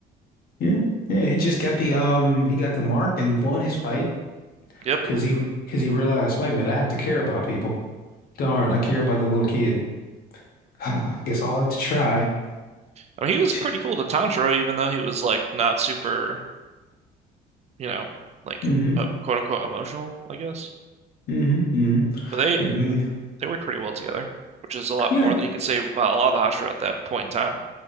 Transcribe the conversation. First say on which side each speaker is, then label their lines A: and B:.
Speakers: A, on the left; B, on the right.
A: Yeah. Yeah, he just got the um he got the mark and won his fight
B: Yep,
A: because he because he realized, wait a minute, I have to care about people. Darn, I care about the little kid. <sighs> I guess I'll have to try.
B: I mean
A: <laughs>
B: he was pretty cool to Tanjiro, even though he was like not super, you know, like
A: Mm-hmm.
B: uh, quote unquote emotional, I guess.
A: Mm-hmm. Mm-hmm.
B: But they
A: Yeah. mm.
B: they worked pretty well together, which is a lot
A: Yeah.
B: more than you could say about a lot of the Hashira at that point in time.